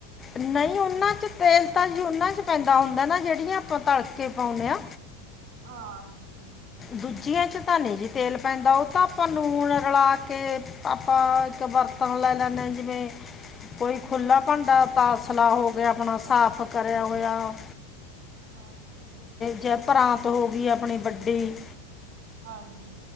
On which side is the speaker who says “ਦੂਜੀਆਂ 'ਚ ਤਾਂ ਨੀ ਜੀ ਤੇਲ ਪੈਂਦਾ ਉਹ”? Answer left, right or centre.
Left